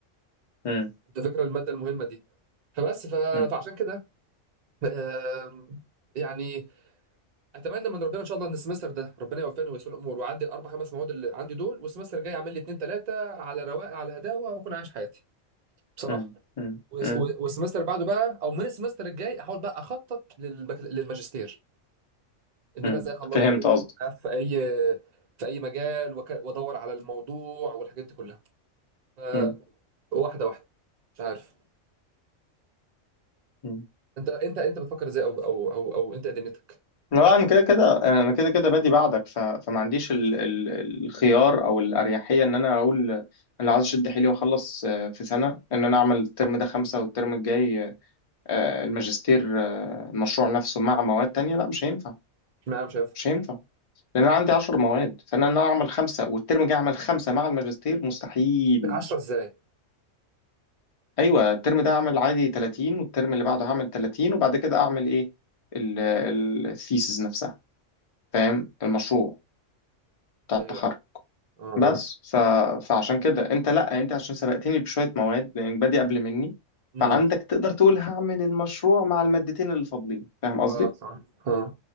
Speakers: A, on the left (about 40°); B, on the right (about 55°).
A: مم.
B: انت فاكر الماده المهمه دي فبس ف-
A: مم.
B: فعشان كده آم، يعني اتمنى من ربنا ان شاء الله ان السمستر ده ربنا يوفقني ويسر الامور واعدي الاربع خمس مواد اللي عندي دول والسمستر الجاي اعمل لي اتنين تلاته على رواقه على هداوه واكون عايش حياتي بصراحه
A: مم. مم.
B: والس-
A: مم.
B: والسمستر بعده بقى او من السمستر الجاي احاول بقى اخطط للبك... للماجستير ان
A: مم.
B: انا ازاي اخلصه
A: فهمت قصدي
B: في اي في اي مجال وك... وادور على الموضوع والحاجات دي كلها ف-
A: مم.
B: واحده واحده مش عارف
A: مم.
B: انت انت انت بتفكر ازاي او او او, أو انت إيه دنيتك
A: لا انا كده كده انا كده كده بادي بعدك ف... فما عنديش ال... ال... الخيار او الاريحيه ان انا اقول انا عايز اشد حيلي واخلص آه، في سنه ان انا اعمل الترم ده خمسه والترم الجاي آه، آه، الماجستير آه، المشروع نفسه مع مواد تانية لا مش هينفع
B: اشمعنى مش شايفها
A: مش هينفع لأن أنا عندي عشر مواد فأنا إن أنا أعمل خمسة والترم الجاي أعمل خمسة مع الماجستير مستحيل
B: لك 10 ازاي
A: أيوة الترم ده هعمل عادي 30 والترم اللي بعده هعمل 30 وبعد كده أعمل إيه الثيسز نفسها فاهم المشروع بتاع
B: ايوه
A: التخرج
B: اه اه
A: بس ف... فعشان كده أنت لأ أنت عشان سبقتني بشوية مواد لأنك بادئ قبل مني
B: امم
A: فعندك تقدر تقول هعمل المشروع مع المادتين اللي فاضلين فاهم قصدي؟
B: اه صح اه